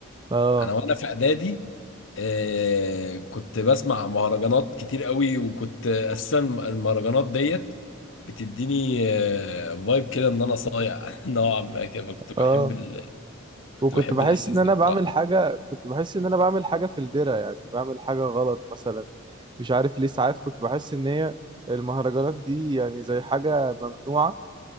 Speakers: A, on the right; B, on the left.
A: اه
B: أنا وأنا في إعدادي آه كنت بسمع مهرجانات كتير قوي وكنت أساسا المهرجانات ديت بتديني آه فايب كده إن أنا صايع <laughs> نوعا ما كده فكنت
A: اه
B: بحب ال... كنت
A: وكنت
B: بحب
A: بحس
B: الإحساس
A: ان انا
B: ده بصراحة
A: بعمل حاجة كنت بحس ان انا بعمل حاجة في الدرة يعني بعمل حاجة غلط مثلا مش عارف ليه ساعات كنت بحس ان هي المهرجانات دي يعني زي حاجة ممنوعة